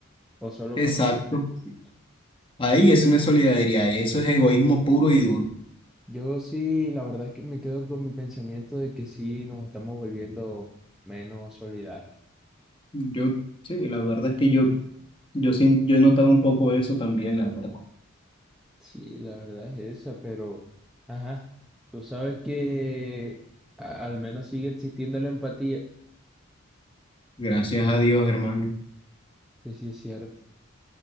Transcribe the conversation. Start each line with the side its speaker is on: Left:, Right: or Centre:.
Centre: o solo
Left: Exacto.
Centre: cuando yo necesito.
Left: Ahí es una solidaridad y eso es egoísmo puro y duro.
Centre: Yo sí, la verdad es que me quedo con mi pensamiento de que sí nos estamos volviendo menos solidarios.
Left: Yo, sí, la verdad es que yo, yo sí, yo he notado un poco eso también, la verdad.
Centre: Sí, la verdad es esa, pero, ajá, tú sabes que a- al menos sigue existiendo la empatía.
Left: Gracias a Dios, hermano.
Centre: Sí, sí, es cierto.